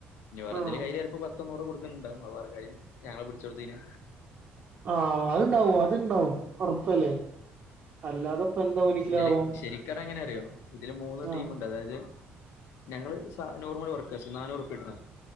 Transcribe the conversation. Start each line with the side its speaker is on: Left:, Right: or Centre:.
Left: ഇനി വേറെ
Right: ആഹ്
Left: എന്തെങ്കിലും കയ്യില് പോ പത്തൊന്നൂറ് കൊടുക്കണ്ടാവ അത് വേറെ ഞങ്ങളെ പിടിച്ച കൊടുതീനേ
Right: ആ അത്ണ്ടാവും അത്ണ്ടാവും ഉറപ്പല്ലേ അല്ലാതെ എന്താ ഓനിക്
Left: ഇതില്
Right: ലാഭം
Left: ശരിക്കറിഞ്ഞ എങ്ങനെ അറിയോ ഇതില് മൂന്ന്
Right: ആഹ്
Left: ടീമുണ്ട് അതായത് ഞങ്ങള് സ നോർമൽ വർക്ക നന്നൂറ്പ്യ കിട്ടണ